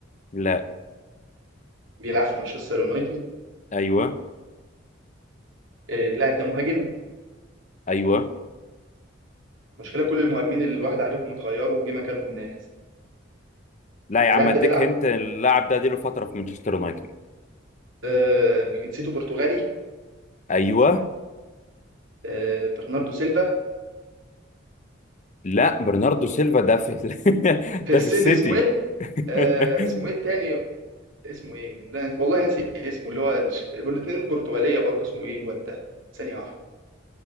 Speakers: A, on the left (about 40°); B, on the right (about 85°).
A: لا
B: بيلعب في مانشستر يونايتد
A: أيوه
B: آه، اللاعب ده مهاجم
A: أيوه
B: مشكلة كل المهاجمين اللي الواحد عليهم اتغيروا وجه مكانهم ناس
A: لا يا
B: اللاعب
A: عم أديك
B: ده بيلعب
A: هنت اللاعب ده اديله فترة في مانشستر يونايتد
B: آه، جنسيته برتغالي
A: أيوه
B: آه، برناردو سيلفا
A: لا برناردو سيلفا ده في ال-
B: في
A: <laughs> ده
B: السيتي
A: في السيتي
B: اسمه ايه؟
A: <laughs>
B: آه، اسمه ايه التاني اسمه ايه؟ لا والله ناسي اسمه اللي هو الاثنين برتغالية برضه اسمه ايه الواد ده ثانية واحدة